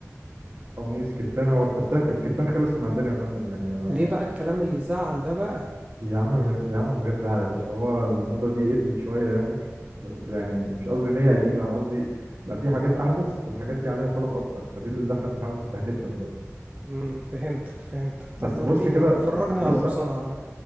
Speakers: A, on the right; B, on the right.
A: قميص كتان هو الكتان الكتان خلص من عندنا يا فندم يعني آه،
B: ليه بقى الكلام اللي يزعل ده بقى
A: يا عم يا عم من غير زعل يا باشا هو الموضة دي ادمت شوية يعني يعني مش قصدي ان هي قديمة انا قصدي بقى في حاجات احدث والحاجات دي عليها طلب اكتر فدي اللي احنا بنحاول نستهدفها دلوقتي
B: مم، فهمتك فهمتك
A: بس
B: طب وريني
A: بص كده
B: فرجني
A: بص
B: على القمصان عامة